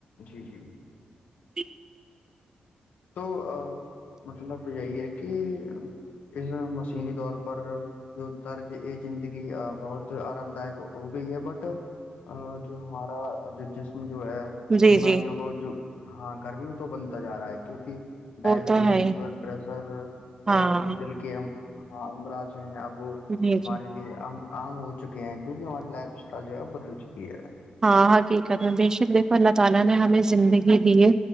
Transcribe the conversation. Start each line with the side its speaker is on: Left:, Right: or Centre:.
Left: جی جی
Right: <inaudible>
Left: تو مطلب یہی ہے کہ اس مشینی طور پر جو طرج یہ زندگی بہت آرام دائک ہو گئی ہے بٹ جو ہمارا جو جسم جو ہے
Right: جی
Left: بیماریوں
Right: جی
Left: کو جو ہاں گر بھیی بنتا جا رہا ہے <unintelligible> ڈائبٹیز
Right: وہ تو ہے ہی
Left: بلڈ پریشر
Right: ہاں
Left: اور جو دل کے ہاں <unintelligible> وہ
Right: جی
Left: ہمارے
Right: جی
Left: لیے ہم عام ہو چکے ہیں کیونکہ ہماری لائف اسٹائل جو ہے وہ بدل چکی ہے
Right: ہاں حقیقت مے بے شک اللہ تعالی نے ہمیں زندگی دیے